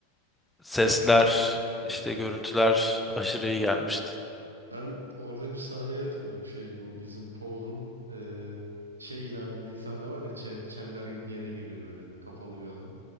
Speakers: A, in the centre; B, on the right (about 75°).
A: Sesler,
B: Evet.
A: işte görüntüler aşırı iyi gelmişti.
B: Ben orada bir sahneyi hatırlıyorum. Şey bu bizim Paul'un eee, şey ilan edildiği sahne var ya çe- çember gibi bir yere geliyor böyle kapalı bir alan.